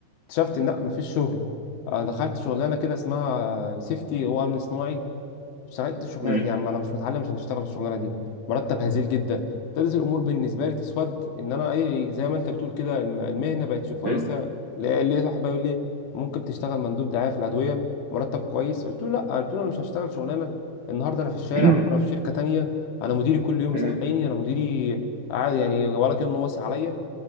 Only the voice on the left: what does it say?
اكتشفت ان لا مفيش شغل آه، دخلت شغلانه كده اسمها سيفتي هو امن صناعي اشتغلت الشغلانه
دي يا عم انا مش متعلم عشان اشتغل الشغلانه دي مرتب هزيل جدا ابتدت الامور بالنسبه لي تسود ان انا ايه إيه، زي ما انت بتقول كده الم- المهنه بقتش كويسه
لا- لقيت واحد بيقول لي ممكن تشتغل مندوب دعايه في الادويه مرتب كويس قلت له لا قلت له انا مش هشتغل شغلانه النهارده انا في الشارع
بكره في شركه تانية انا مديري كل يوم يصحيني
انا مديري قاعد يعني ولا كانه واصي عليا